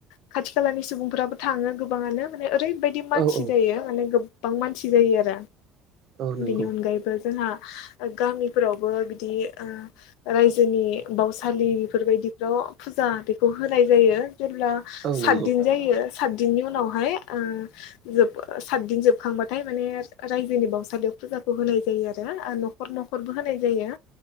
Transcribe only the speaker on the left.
खाथि खालानि सुबुं फोराबो थाङो गोबाङानो माने ओरैबायदि मानसि
जायो माने गोबां मानसि जायो आरो
बेनि अनगायैबो जोंहा गामिफोरावबो बिदि ओ रायजोनि बावसालि बेफोरबायदिफ्राव फुजा बेखौ होनाय जायो जेब्ला
सातदिन
जायो सातदिननि उनावहाय ओ जोब सातदिन जोबखांबाथाय माने रायजोनि बावउसालियाव फुजाखौ होनाय जायो आरो न'खर न'खरबो होनाय जायो